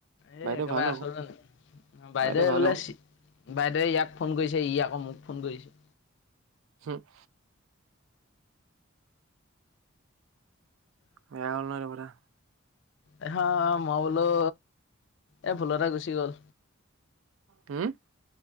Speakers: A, on the left; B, on the right.
A: এ
B: বাইদেউ
A: একেবাৰে
B: ভাল
A: আচল
B: হ'ব
A: নাই। বাইদেৱে
B: বাইদেউ ভাল
A: বোলে
B: হ'ব
A: বাইদেৱে ইয়াক ফোন কৰিছে ইয়াক। অ মোক ফোন কৰিছে।
B: হু <inaudible> বেয়া হ'ল ন হেতোকথা।
A: এ হা মই বোলো এ ভুলতে গুচি গ'ল।
B: হম।